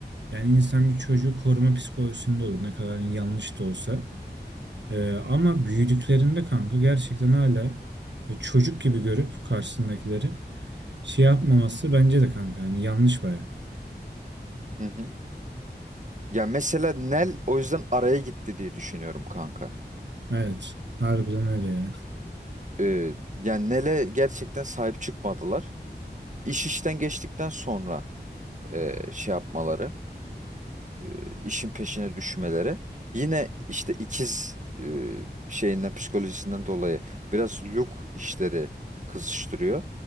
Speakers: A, on the right; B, on the right.
A: Yani insan bir çocuğu koruma psikolojisinde olur ne kadar yanlış da olsa. Ee, ama büyüdüklerinde kanka gerçekten hala böyle çocuk gibi görüp karşısındakileri şey yapmaması bence de kanka yani yanlış baya.
B: Hı hı. Ya mesela Nel o yüzden araya gitti diye düşünüyorum kanka.
A: Evet harbiden öyle ya.
B: e, yani Nele gerçekten sahip çıkmadılar. İş işten geçtikten sonra e, şey yapmaları, e, işin peşine düşmeleri. Yine işte ikiz e, şeyinden psikolojisinden dolayı biraz Luke işleri kızıştırıyor.